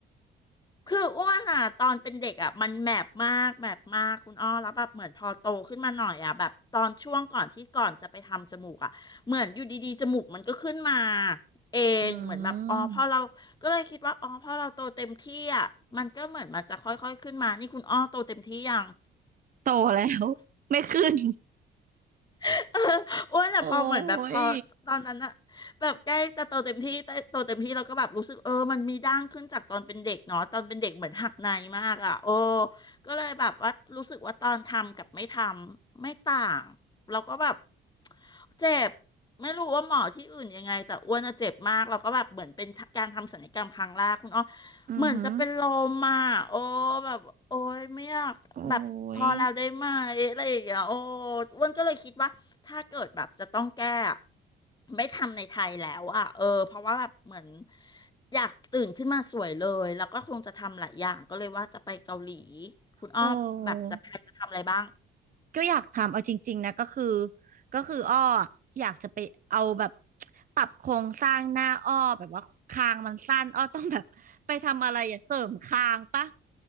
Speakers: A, on the left; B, on the right.
A: คืออ้วนอ่ะตอนเป็นเด็กอ่ะมันแมบมากแมบมากคุณอ้อแล้วแบบเหมือนพอโตขึ้นมาหน่อยอ่ะแบบตอนช่วงก่อนที่ก่อนจะไปทำจมูกอ่ะเหมือนอยู่ดีๆจมูกมันก็ขึ้นมาเองเหมือนแบบอ๋อพอเราก็เลยคิดว่าอ๋อพอเราโตเต็มที่อ่ะมันก็เหมือนมันจะค่อยๆขึ้นมานี่คุณอ้อโตเต็มที่ยัง
B: อืม โตแล้วไม่ขึ้น
A: <laughs> เอออ้วนอะพอเหมือนแบบพอตอนนั้นอะ
B: โอ้ย
A: แบบใกล้จะโตเต็มที่แต่โตเต็มที่เราก็แบบรู้สึกเออมันมีด่างขึ้นจากตอนเป็นเด็กเนาะตอนเป็นเด็กเหมือนหักในมากอะโอ้ก็เลยแบบว่ารู้สึกว่าตอนทำกับไม่ทำไม่ต่างเราก็แบบเจ็บไม่รู้ว่าหมอที่อื่นยังไงแต่อ้วนอะเจ็บมากเราก็แบบเหมือนเป็นการทำศัลยกรรมครั้งแรกคุณอ้อ
B: อือหือ
A: เหมือนจะเป็นลมอ่ะโอ้แบบโอ้ยไม่อยากแบบพอแล้วได้ไหมอะไรอย่างเงี้ยโอ้
B: โอ้ย
A: อ้วนก็เลยคิดว่า ถ้าเกิดแบบจะต้องแก้อะไม่ทำในไทยแล้วอ่ะเออเพราะว่าแบบเหมือนอยากตื่นขึ้นมาสวยเลยแล้วก็คงจะทำหลายอย่างก็เลยว่าจะไปเกาหลีคุณอ้อแบบจะแพลนจะทำอะไรบ้าง
B: โอ้ก็อยากทำเอาจริงๆนะก็คือก็คืออ้ออยากจะไปเอาแบบปรับโครงสร้างหน้าอ้อแบบว่าคางมันสั้นอ้อต้องแบบไปทำอะไรอย่าเสริมคางปะ